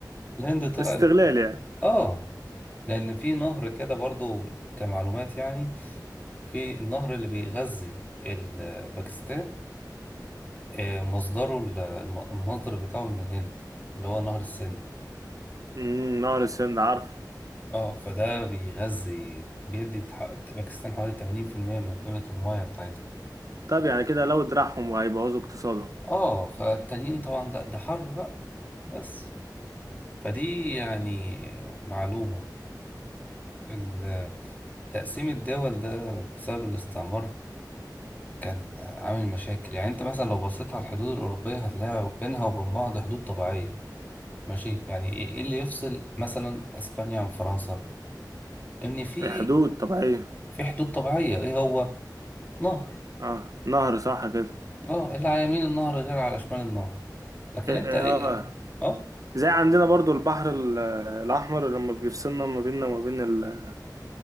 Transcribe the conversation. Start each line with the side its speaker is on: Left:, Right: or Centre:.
Left: الهند طلعت
Right: استغلال يعني
Left: اه لأن في نهر كده برضو كمعلومات يعني في النهر اللي بيغذي ال- باكستان آه، مصدره ال- الم- المصدر بتاعه من الهند اللي هو نهر السند
Right: امم نهر السند عارف
Left: اه فده بيغذي بيدي تح- باكستان حوالي 80% من قيمة المياه بتاعتها
Right: طب يعني كده لو دراعهم وهيبوظوا اقتصادهم
Left: اه فالتانيين طبعا لا ده حرب بقى بس فدي يعني معلومة ال- تقسيم الدول ده بسبب الاستعمار كان عامل مشاكل يعني انت مثلا لو بصيت على الحدود الأوروبية هتلاقي بينها وبين بعض حدود طبيعية ماشي يعني ايه إيه اللي يفصل مثلا اسبانيا عن فرنسا ان في
Right: الحدود طبيعية
Left: في حدود طبيعية ايه هو نهر
Right: اه نهر صح كده
Left: اه اللي على يمين النهر غير على شمال النهر لكن
Right: إيه- إيه،
Left: انت ايه
Right: اه
Left: اه
Right: زي عندنا برضو البحر ال- الأحمر لما بيفصلنا ما بيننا وما بين ال-